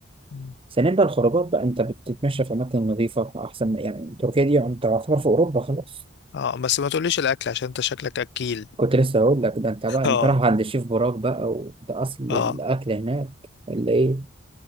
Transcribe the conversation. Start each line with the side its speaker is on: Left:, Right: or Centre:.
Left: مم.
Right: ثانيا بقى الخروجات بقى أنت بتتمشى في أماكن نظيفة أحسن يعني تركيا دي أنت تعتبر في أوروبا خلاص
Left: اه بس ما تقوليش الاكل عشان انت شكلك اكيل
Right: كنت لسه هقول لك ده أنت بقى
Left: <laughs> اه
Right: أنت رايح عند الشيف براك بقى وده أصل الأكل
Left: اه
Right: هناك ولا إيه؟